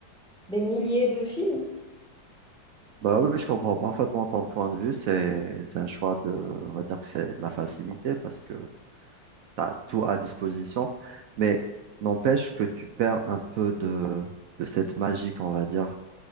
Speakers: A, in the centre; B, on the right (about 85°).
A: des milliers de films.
B: Bah oui, je comprends parfaitement ton point de vue. C'est, c'est un choix de, on va dire que c'est la facilité parce que tu as tout à disposition, mais n'empêche que tu perds un peu de, de cette magie, qu'on va dire.